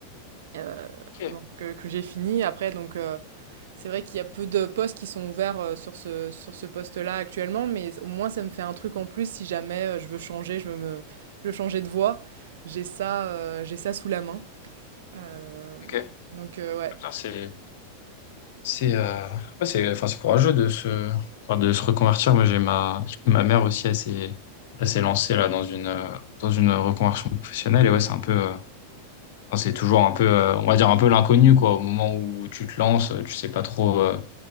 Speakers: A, on the right; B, on the left.
A: Heu,
B: Ok,
A: donc heu, que j'ai fini. Après donc heu, c'est vrai qu'il y a peu de postes qui sont ouverts, heu, sur ce sur ce poste-là actuellement, mais au moins ça me fait un truc en plus si jamais, heu, je veux changer, je veux me je veux changer de voie. J'ai ça, heu, j'ai ça sous la main. Heu,
B: ok.
A: donc heu, ouais.
B: Putain, C'est C'est euh, ouais, c'est enfin c'est courageux de se enfin, de se reconvertir. Moi j'ai ma ma mère aussi elle s'est elle s'est lancée là dans une euh, dans une reconversion professionnelle et ouais c'est un peu euh, enfin, c'est toujours un peu euh, on va dire un peu l'inconnu quoi au moment où tu te lances euh, tu sais pas trop euh,